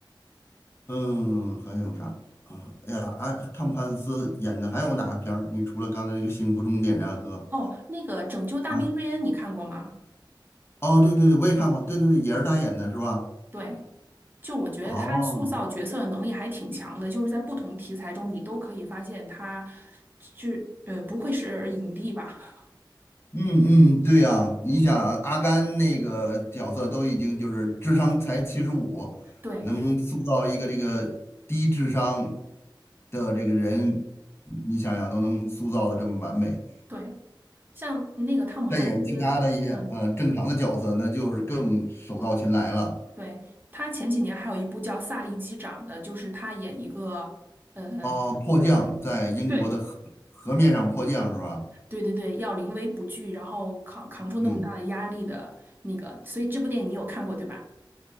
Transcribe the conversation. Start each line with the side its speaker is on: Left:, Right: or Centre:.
Left: 嗯，还有啥啊？哎呀，啊，汤姆汉克斯演的还有哪个片儿？你除了刚才那个《幸福终点站》和
Right: 哦，那个《拯救大兵瑞恩》你看过吗？
Left: 啊，哦，对对对，我也看过，对对对，也是他演的是吧？
Right: 对，就我觉得他塑造角色的能力还挺强的，
Left: 哦，
Right: 就是在不同题材中，你都可以发现他是呃不愧是影帝吧？
Left: 嗯嗯，对呀，你想阿甘那个角色都已经就是智商才七十五，
Right: <laughs> 对
Left: 能塑造一个这个低智商的这个人，你想想都能塑造的这么完美，
Right: 对，像那个汤姆汉斯，
Left: 再演其他的一些呃正常的角色，
Right: 嗯，
Left: 那就是更手到擒来了。
Right: 对，他前几年还有一部叫《萨利机长》的，就是他演一个呃。
Left: 哦，迫降在英国的河河面上迫降是吧？
Right: 对，对对对，要临危不惧，然后扛扛住那么大的压力的那个，
Left: 嗯，
Right: 所以这部电影你有看过对吧？